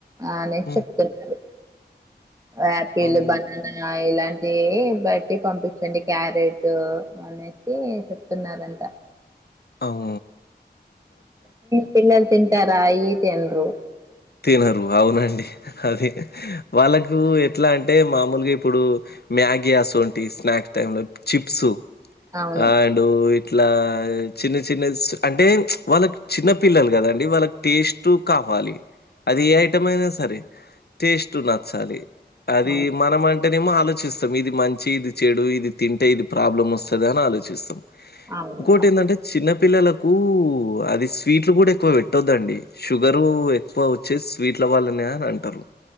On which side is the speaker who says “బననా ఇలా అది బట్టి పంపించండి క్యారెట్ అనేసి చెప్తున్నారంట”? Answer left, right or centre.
Right